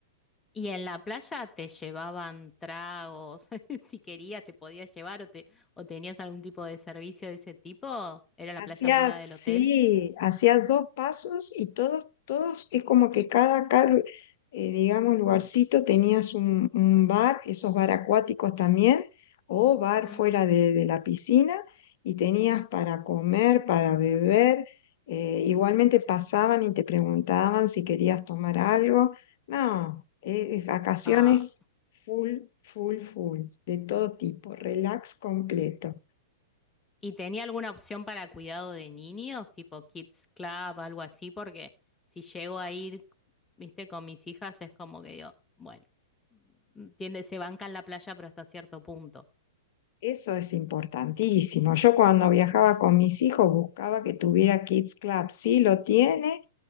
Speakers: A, on the left; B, on the left.
A: Y en la playa te llevaban tragos, <laughs> si querías te podías llevar o te o tenías algún tipo de servicio de ese tipo, era la
B: Hacía
A: playa privada
B: así,
A: del hotel.
B: hacía dos pasos y todos, todos, es como que cada, cada eh, digamos, lugarcito tenías un, un bar, esos bar acuáticos también, o bar
A: Mm,
B: fuera de, de la piscina, y tenías para comer, para beber. eh, igualmente pasaban y te preguntaban si querías tomar algo. No, eh, es vacaciones
A: Ah.
B: full, full, full, de todo tipo, relax completo.
A: ¿Y tenía alguna opción para cuidado de niños, tipo Kids Club, algo así? Porque si llego a ir, viste, con mis hijas es como que digo, bueno, mm, tiende, se banca en la playa, pero hasta cierto punto.
B: Eso es importantísimo. Yo cuando viajaba con mis hijos buscaba que tuviera Kids Club. Sí lo tiene